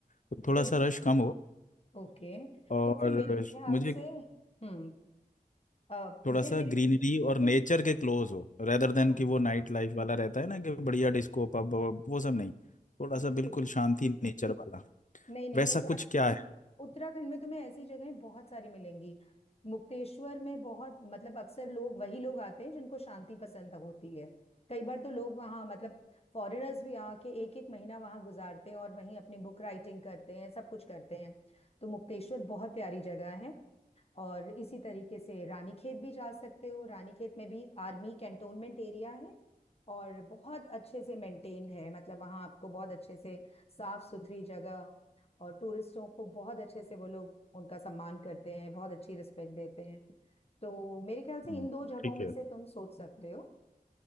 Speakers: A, on the left; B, on the left.
A: तो थोड़ा
B: बिल्कुल
A: सा रश कम हो
B: ओके
A: और
B: तो फिर मेरे ख्याल
A: मुझे
B: से हम्म अ,
A: थोड़ा
B: फिर
A: सा
B: मेरे
A: ग्रीनरी और नेचर के क्लोज हो रेदर
B: हाँ
A: देन कि वो नाइट
B: हाँ
A: लाइफ वाला रहता है ना कि बढ़िया डिस्को पब वो सब नहीं थोड़ा
B: बिल्कुल
A: सा बिल्कुल
B: बिल्कुल
A: शांति नेचर वाला
B: नहीं नहीं
A: वैसा
B: उत्तराखंड
A: कुछ क्या है
B: उत्तराखंड में तुम्हें ऐसी जगहें बहुत सारी मिलेंगी मुक्तेश्वर में बहुत मतलब अक्सर लोग वही लोग आते हैं जिनको शांति पसंद होती है कई बार तो लोग वहाँ मतलब फॉरेनर्स भी आके एक एक महीना वहाँ गुजारते हैं और वहीं अपनी बुक राइटिंग करते हैं सब कुछ करते हैं तो मुक्तेश्वर बहुत प्यारी जगह है और इसी तरीके से रानीखेत भी जा सकते हो रानीखेत में भी आर्मी कैंटोनमेंट एरिया है और बहुत अच्छे से मेंटेन्ड है मतलब वहाँ आपको बहुत अच्छे से साफ सुथरी जगह और टूरिस्टों को बहुत अच्छे से वो लोग उनका सम्मान करते हैं बहुत अच्छी रिस्पेक्ट देते हैं तो मेरे ख्याल से
A: हम्म,
B: इन दो जगहों
A: ठीक
B: में
A: है
B: से तुम सोच सकते